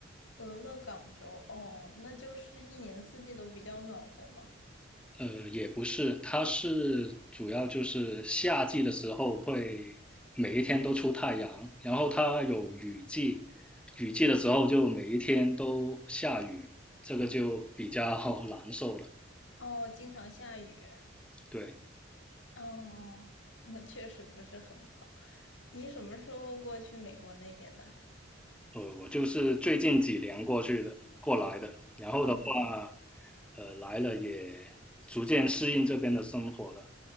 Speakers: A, on the left (about 85°); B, in the centre.
A: 俄勒冈州。哦，那就是一年四季都比较暖和嘛。
B: 呃，也不是，它是主要就是夏季的时候会每一天都出太阳，然后它有雨季，雨季的时候就每一天都下雨，这个就比较 <laughs> 难受了。
A: 哦，经常下雨。
B: 对，
A: 哦，那确实不是很好。你什么时候过去美国那边的？
B: 呃，我就是最近几年过去的，过来的，然后的话，
A: 嗯
B: 呃，来了也逐渐适应这边的生活了。